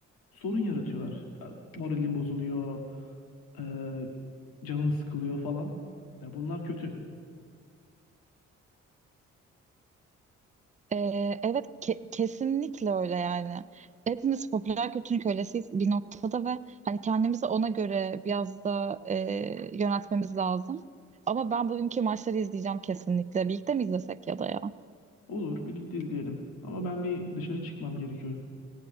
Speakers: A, on the left; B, on the right.
A: sorun yaratıyorlar. Ya, moralin bozuluyor, eee canın sıkılıyor falan. Ya bunlar kötü.
B: E, evet ke- kesinlikle öyle yani. Hepimiz popüler kültürün kölesiyiz bir noktada ve hani kendimizi ona göre biraz da e, yöneltmemiz lazım. Ama ben bugünkü maçları izleyeceğim kesinlikle. Birlikte mi izlesek ya da ya?
A: Olur, birlikte izleyelim. Ama ben bir dışarı çıkmam gerekiyor.